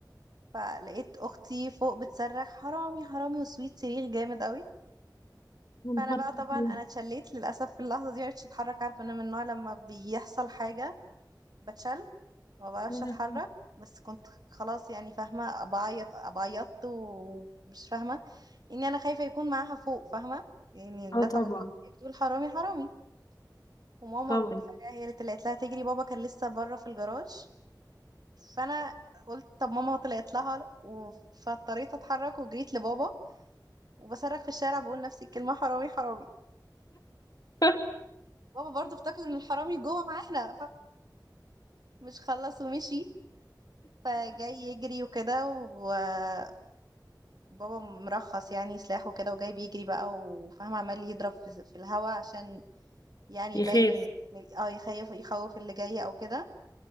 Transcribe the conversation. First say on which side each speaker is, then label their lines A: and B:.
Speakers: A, on the right; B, on the left.
A: فلقيت اختي فوق بتصرخ حرامي حرامي وسويت صريخ جامد قوي
B: يا نهار
A: فانا بقى طبعا
B: أبيض.
A: انا اتشليت للاسف في اللحظه دي معرفتش اتحرك عارفه انا من النوع لما بيحصل حاجه بتشل ما بعرفش
B: يا لهوي.
A: اتحرك بس كنت خلاص يعني فاهمه بعيط بعيطت ومش فاهمه اني انا خايفه يكون معاها فوق فاهمه يعني
B: اه
A: ده
B: طبعا
A: توقعي بتقول حرامي حرامي وماما
B: طبعا
A: فجاه هي اللي طلعت لها تجري بابا كان لسه بره في الجراج فانا قلت طب ماما طلعت لها و- فاضطريت اتحرك وجريت لبابا وبصرخ في الشارع بقول نفس الكلمة حرامي حرامي
B: <laughs>
A: بابا برضه افتكر ان الحرامي جوه معانا فمش خلص ومشي فجاي يجري وكده وبابا مرخص يعني سلاحه كده وجاي بيجري بقى وفاهم عمال يضرب في في الهوا عشان يعني
B: يخاف
A: يبين ان إن- اه يخيف يخوف اللي جاي او كده